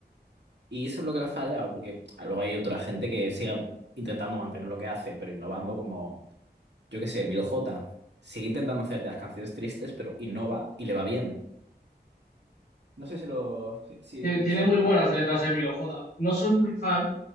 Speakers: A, on the right; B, on the left.
A: y eso es lo que le ha fallado, porque ah, luego hay otra gente que sigue intentando mantener lo que hace, pero innovando, como yo qué sé, Milo J. Sigue intentando hacerte las canciones tristes, pero innova y le va bien. No sé si lo, si
B: T- Tiene
A: sabes
B: muy
A: de lo
B: buenas
A: que hablo.
B: letras Emilio J. No soy muy fan,